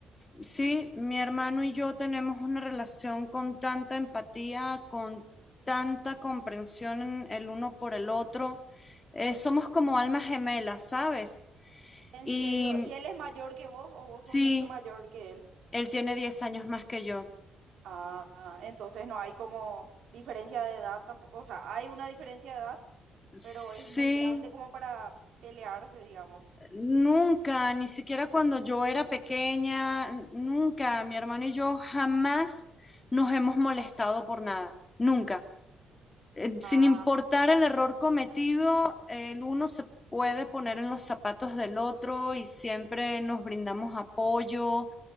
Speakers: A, on the left; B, on the right.
A: Sí, mi hermano y yo tenemos una relación con tanta empatía, con tanta comprensión en- el uno por el otro. Eh, somos como almas gemelas, ¿sabes?
B: en
A: Y
B: serio. ¿Y él es mayor que vos o vos
A: sí,
B: sos mucho mayor que él?
A: él tiene 10 años más que yo.
B: Ah, entonces no hay como diferencia de edad tampoco. O sea, hay una diferencia de edad,
A: Sí,
B: pero es muy grande como para pelearse, digamos.
A: nunca, ni siquiera cuando yo era pequeña, n- nunca, mi hermano y yo jamás nos hemos molestado por nada, nunca. eh, sin
B: Ah,
A: importar el error cometido, el uno se puede poner en los zapatos del otro y siempre nos brindamos apoyo,